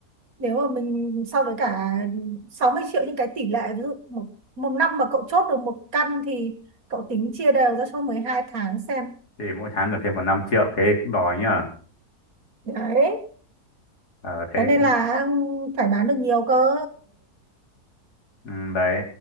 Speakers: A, on the right (about 60°); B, on the left (about 80°).
A: nếu mà mình so với cả 60 triệu những cái tỷ lệ ví dụ một, một năm mà cậu chốt được một căn thì cậu tính chia đều ra cho 12 tháng xem
B: thì mỗi tháng được thêm khoảng 5 triệu thế cũng đòi nhờ
A: đấy
B: ờ thế
A: thế nên
B: cũng
A: là ừ, phải bán được nhiều cơ
B: ừ, đấy